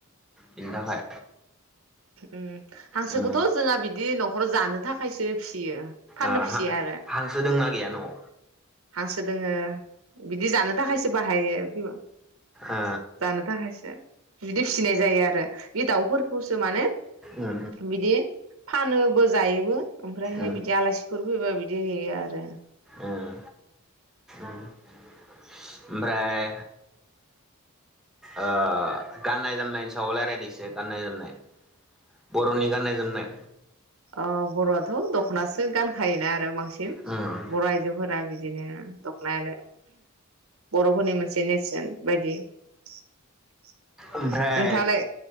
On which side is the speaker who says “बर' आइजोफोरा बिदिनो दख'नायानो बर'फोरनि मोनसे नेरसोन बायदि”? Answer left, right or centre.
Right